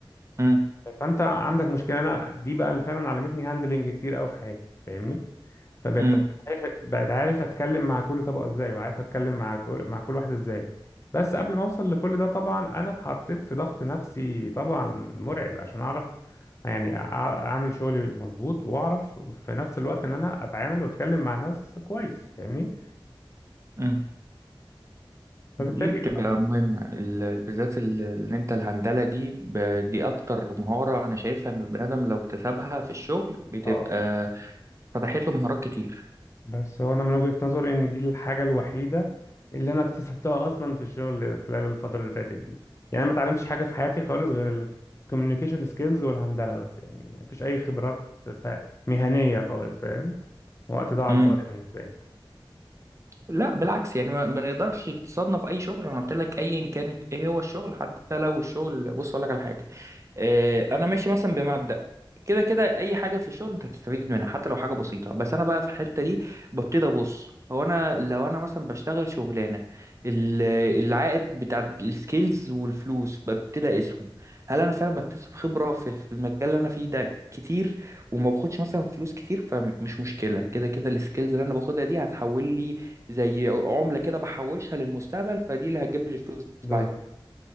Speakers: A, on the right; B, on the left.
A: مم.
B: فانت عندك مشكله انا دي بقى اللي فعلا علمتني هاندلنج كتير قوي في حياتي فاهمني فبقيت
A: مم.
B: عارف بقيت عارف اتكلم مع كل طبقه ازاي وعارف اتكلم مع كل مع كل واحده ازاي بس قبل ما اوصل لكل ده طبعا انا اتحطيت في ضغط نفسي طبعا مرعب عشان اعرف يعني أع- اعمل شغلي مظبوط واعرف في نفس الوقت ان انا اتعامل واتكلم مع ناس كويس فاهمني
A: مم.
B: فبالتالي
A: دي بتبقى مهمة ال- بالذات ال- ان انت الهندلة دي ب- دي اكتر مهارة انا شايفها ان البني ادم لو اكتسبها في الشغل بتبقى
B: اه
A: فتحت له مهارات كتير
B: بس هو انا من وجهة نظري ان دي الحاجة الوحيدة اللي انا اكتسبتها اصلا في الشغل خلال الفترة اللي فاتت دي يعني ما اتعلمتش حاجة في حياتي خالص غير الكوميونيكيشن سكيلز والهندلة بس يعني ما فيش اي خبرات ف- مهنية خالص فاهم وقت ضاع على
A: مم.
B: الفاضي بالنسبة لي
A: لا بالعكس يعني ما ما نقدرش نصنف اي شغل انا قلت لك ايا كان ايه هو الشغل حتى لو الشغل بص اقول لك على حاجة آه، انا ماشي مثلا بمبدأ كده كده اي حاجه في الشغل انت هتستفيد منها حتى لو حاجه بسيطه بس انا بقى في الحته دي ببتدي ابص هو انا لو انا مثلا بشتغل شغلانه ال- العائد بتاع السكيلز والفلوس ببتدي اقيسهم هل انا فعلا بكتسب خبره في في المجال اللي انا فيه ده كتير وما باخدش مثلا فلوس كتير فمش مشكله كده كده السكيلز اللي انا باخدها دي هتحول لي زي عمله كده بحوشها للمستقبل فدي اللي هتجيب لي فلوس
B: بالظبط
A: بعدين